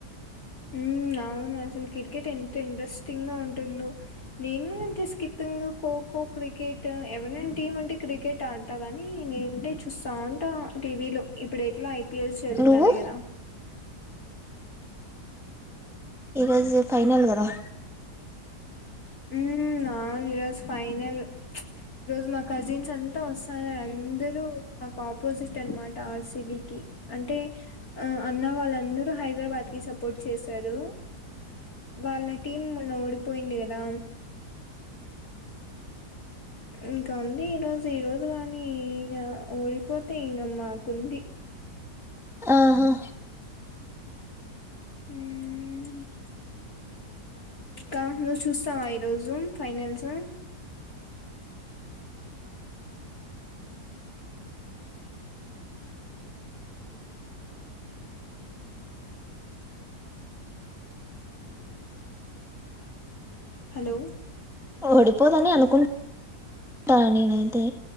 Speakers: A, on the left; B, in the centre.
A: హ్మ్ అవును అసలు క్రికెట్ ఎంత ఇంట్రెస్టింగ్ గా ఉంటుందో నేనూ అంతే స్కిప్పింగ్, ఖోఖో, క్రికెట్ ఎవరైనా టీమ్ ఉంటే క్రికెట్ ఆడతా గాని లేదంటే చూస్తా ఉంటా టీవీ లో ఇప్పుడు ఎట్లా అయి పిఎల్స్ జరుగుతన్నాయ్
B: నువ్వు
A: కదా
B: ఈరోజు ఫైనల్ గదా
A: ఊ అవును ఈరోజు ఫైనల్ ఈరోజు మా కజిన్స్ అంతా వస్తన్నారు అందరూ మాకు ఆపోజిట్ అన్నమాట ఆ ర్సి బీ కి అంటే అన్న వాళ్ళందరూ హైదరాబాద్ కి సపోర్ట్ చేశారు వాళ్ళకి టీమ్ మొన్న ఓడిపోయింది కదా ఇంకా ఉంది ఈరోజు ఈ రోజు గాని ఓడిపో తే ఇంగ మాకు ఉంది.
B: ఆహా
A: హ్మ్ కా హను సూస్తావా ఐ ఈరోజు ఫైనాల్సు హలో
B: ఓడిపోదని అనుకుంటా నేనైతే